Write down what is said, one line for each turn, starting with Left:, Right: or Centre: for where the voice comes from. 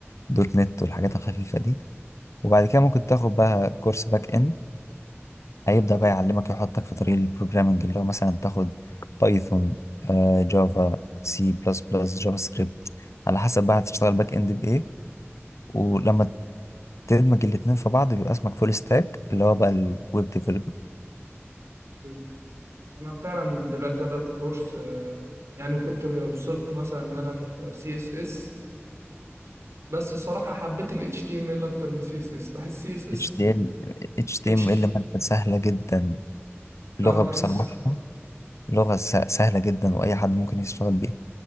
Left: دوت نت والحاجات الخفيفة دي وبعد كده ممكن تاخد بقى كورس باك اند هيبدأ بقى يعلمك يحطك في طريق البروجرامنج اللي هو مثلا تاخد بايثون آه، جافا سي بلس بلس جافا سكريبت على حسب بقى هتشتغل باك اند بإيه ولما تدمج الاتنين في بعض بيبقى اسمك فول ستاك اللي هو بقى الويب ديفلوبمنت
Right: أيوه أنا فعلا دلوقتي بدأت كورس آه، يعني وكنت وصلت مثلا إن أنا في سي اس اس بس الصراحة حبيت ال HTML أكتر من سي اس اس بحس سي اس
Left: HTML HTML
Right: اس
Left: مادة سهلة جدا لغة
Right: اه بحس
Left: بصراحة لغة س- سهلة جدا وأي حد ممكن يشتغل بيها